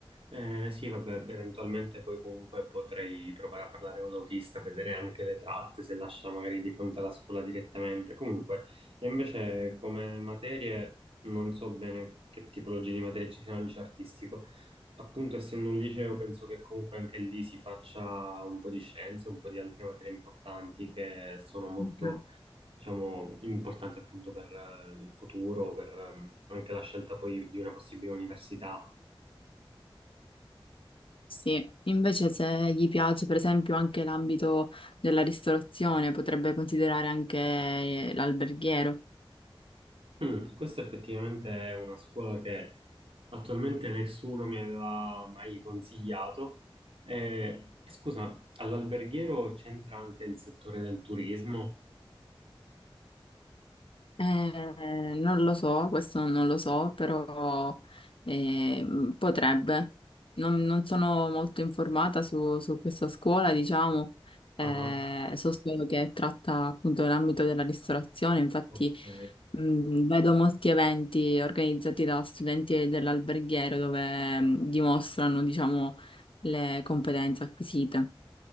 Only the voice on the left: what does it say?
Mhm.
Sì, invece se gli piace per esempio anche l'ambito della ristorazione, potrebbe considerare anche eh, l'alberghiero.
Eh, non lo so, questo non lo so, però ehm, potrebbe. Non, non sono molto informata su, su questa scuola, diciamo, eh,
so solo che tratta appunto l'ambito della ristorazione, infatti
mh, vedo molti eventi organizzati da studenti dell'alberghiero dove mh, dimostrano, diciamo, le competenze acquisite.